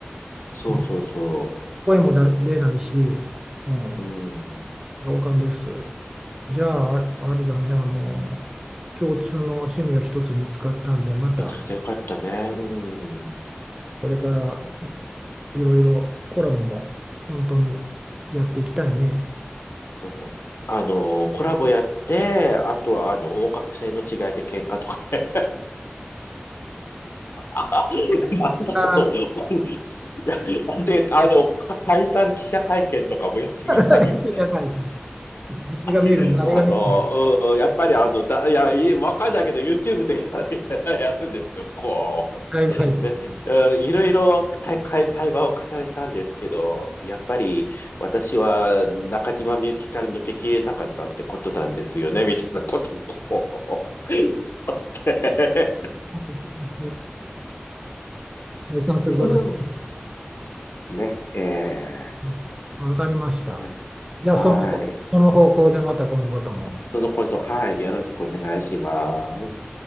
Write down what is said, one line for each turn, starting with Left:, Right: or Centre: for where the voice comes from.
Left: そうそうそ
Right: <laughs> 声もだ出ないし、うん、
Left: う。うん、
Right: 同感です。じゃあ、ああれだね、あの共通の趣味が一つ見つかったんでまた
Left: 見つけてよかったね。うん。
Right: これからいろいろコラムも本当にやっていきたいね。
Left: そう。あの、コラボやって、あとは、あの、音楽性の違いで喧嘩とかね。<laughs> なんだ、
Right: あ、
Left: その、<laughs> で、あの、か解散記者会見とかもやってみたいよ
Right: <laughs> じゃあ誰が見るん誰が見るん
Left: ね。あの、うん、やっぱり、あの、だ、いや、いわかんないけど、YouTube でやる、やるんですよ、こう。
Right: ライブ配信。
Left: で、うんいろいろ対、対対話を重ねたんですけど、やっぱり私は中島みゆきから抜けきれなかったってことなんですよね、<laughs> みたいなことを <laughs> 言って
Right: 解散することにしました。
Left: うんね、え
Right: うんわかりました。
Left: ー
Right: じゃあ、その、
Left: はい。
Right: その方向でまた今後とも。
Left: そのこと、はい、よろしくお願いします。